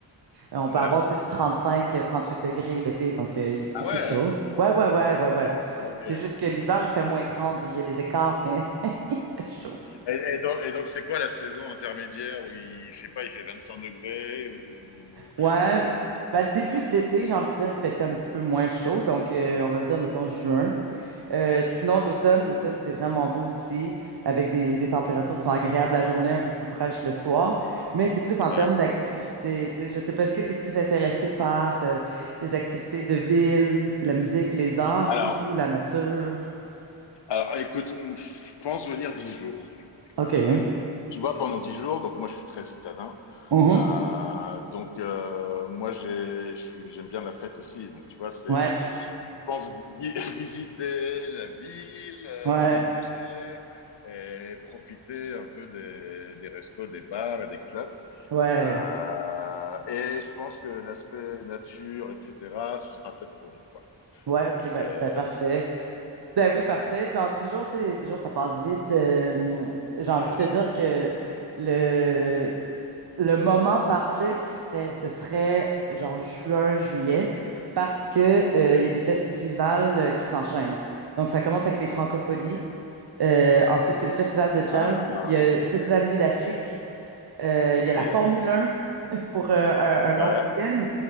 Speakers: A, on the right (about 55°); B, on the left (about 65°).
A: Euh, on
B: Ouais.
A: peut avoir, tu sais, du 35, euh, 38 degrés l'été, donc euh, il,
B: Ah
A: il fait
B: ouais,
A: chaud.
B: Ah
A: Ouais,
B: ouais.
A: ouais, ouais,
B: D'accord,
A: ouais, ouais.
B: ok.
A: C'est juste que l'hiver, il fait moins trente il y a les écarts, mais <laughs> il fait chaud.
B: Et, et donc, et donc, c'est quoi la saison intermédiaire où il, je sais pas, il fait 25 degrés ou...
A: Ouais. Ben, le début de l'été, j'ai envie de dire, il fait un petit peu moins chaud. Donc, euh, on va se dire, mettons, juin. Euh, sinon, l'automne, l'automne, c'est vraiment beau aussi, avec des, des températures qui sont agréables la journée, un peu plus fraîches le soir, mais c'est plus en
B: Ouais.
A: termes d'activités. Tu sais, je sais pas, est-ce que tu es plus intéressé par euh, les activités de ville, la musique, les arts
B: Alors,
A: ou la nature?
B: alors, écoute, hum, je pense venir 10 jours.
A: OK.
B: Euh, tu vois, pendant 10 jours, donc moi je suis très citadin.
A: Mhm.
B: Euh, donc euh, moi j'ai, je suis- j'aime bien la fête aussi. Donc tu vois, c'est,
A: Ouais,
B: je pense vi- <laughs> visiter la ville,
A: ouais,
B: euh, voir des musées et profiter un peu des, des restos, des bars et des clubs.
A: ouais.
B: Euh, et je pense que l'aspect nature, etc., ce sera peut-être pour une autre fois.
A: Ouais, OK,
B: Donc,
A: ben,
B: euh,
A: ben, parfait. Ben oui, parfait. Puis en 10 jours, tu sais, 10 jours, ça passe vite. Euh, j'ai
B: ouais,
A: envie
B: ouais,
A: de te
B: je-
A: dire que le, le moment parfait serait, ce serait genre juin, juillet, parce que euh,
B: ok.
A: il y a des festivals euh, qui s'enchaînent. Donc, ça commence avec les Francopholies. Euh, ensuite, c'est le festival de
B: Ah,
A: jazz. Il y a le festival Nuit d'Afrique. Euh,
B: ok.
A: il y a la Formule 1 <laughs> pour euh, un, un long
B: Ouais,
A: week-end.